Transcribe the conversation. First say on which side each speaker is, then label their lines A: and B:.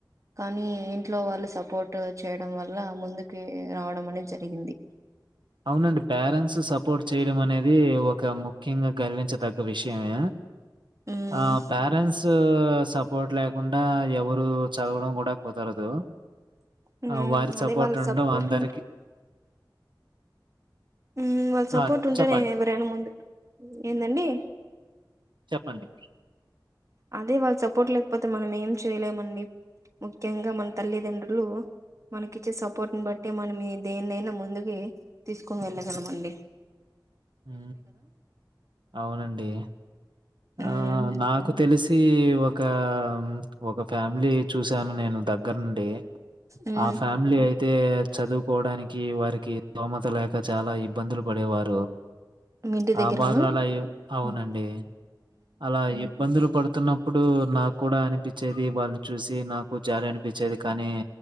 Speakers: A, on the right; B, on the right.
A: కానీ ఇంట్లో వాళ్ళు సపోర్ట్ చేయడం వల్ల ముందు కే రావడం అనేది జరిగింది
B: అవునండి పేరెంట్స్ సపోర్ట్ చేయడం అనేది ఒక ముఖ్యంగా గర్వించ తగ్గ విషయమే
A: హ్మ్.
B: ఆ పేరెంట్స్ ఊ సపోర్ట్ లేకుండా ఎవరు చదవడం కూడా కుదరదు
A: హ్మ్.
B: ఆ వారి
A: అదే
B: సపోర్ట్
A: వాళ్ళ
B: ఉండం
A: సపోర్ట్
B: అందరికి
A: ఊ వాళ్ళ సపోర్ట్
B: ఆ!
A: ఉంటే
B: చెప్పండి.
A: నేను ఎవరైనా ముందు ఏందండి
B: చెప్పండి
A: అదే వాళ్ళ సపోర్ట్ లేకపోతే మనం ఏం చేయలేమండి ముఖ్యంగా మన తల్లిదండ్రులు మనకి ఇచ్చే సపోర్ట్ని బట్టి మనం దేన్నైనా ముందుకు తీసుకని వెళ్ళగల మండి
B: ఉ అవునండి
A: ఉమ్
B: ఆ నాకు తెలిసి ఒక ఆ ఒక ఫ్యామిలీ చూసాను నేను దగ్గర నుండి
A: ఉమ్
B: ఆ ఫ్యామిలీ అయి యితే చదువుకోవడానికి వారికి స్తోమత లేక చాలా ఇబ్బందులు పడేవారు
A: మీ ఇంటి దగ్గరా
B: ఆబారు ఎలా
A: ఉమ్
B: అవునండి అలా ఎప్ ఇబ్బందులు పడుతున్నప్పుడు నా కూడా అనిపించేది వాల్ చూసి నాకు జాలి అనిపించేది కానీ